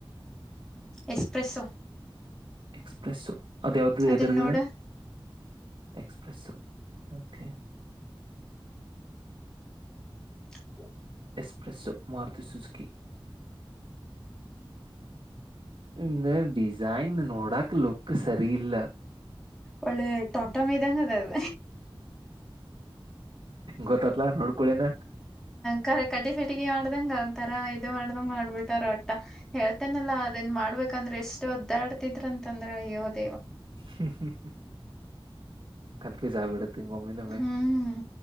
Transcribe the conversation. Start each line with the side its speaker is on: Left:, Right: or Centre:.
Centre: ಎಕ್ಸ್ಪ್ರೆಸ್ಸೊ.
Right: ಎಕ್ಸ್ಪ್ರೆಸ್ಸು ಅದ ಯಾವ್ದ
Centre: ಅದನ್ನ
Right: ಎದರದದ.
Centre: ನೋಡ
Right: ಎಕ್ಸ್ಪ್ರೆಸ್ ಓಕೆ.
Centre: ಹ.
Right: S-Presso Maruti Suzuki. ಇ ಡಿಸೈನ್ ನೋಡಾಕ್ ಲುಕ್ ಸರಿ ಇಲ್ಲ.
Centre: ಒಳ್ಳೆ ಟಂಟ ಮ ಇದದಂಗ ಅದದು.
Right: ಗೊತ್ತತ್ಲಾ ನೋಡ್ಕೊಳೇನಾ.
Centre: ಕ ಕಡ್ಡಿಫೆಟಗಿ ಮಾಡ್ದಂಗ ಒಂತರ ಇದು ಮಾಡ್ದಂಗ ಮಾಡ್ಬಿಟ್ಟಾರ ಒಟ್ಟ ಹೇಳ್ತೇನಲ್ಲಾ ಅದನ್ ಮಾಡ್ಬೇಕ. ಯಾಕಂದ್ರೆ ಎಷ್ಟು ಒದ್ದಾಡ್ತಿದ್ರ ಅಂದ್ರ ಯದ.
Right: ಹ್ಮ ಕನ್ಫ್ಯೂಸ್ ಆಗ್ಿಬಿಡುತ್ತೆ ಒಮ್ಮಿಂದೊಮ್ಮೆ
Centre: ಹ್ಮ್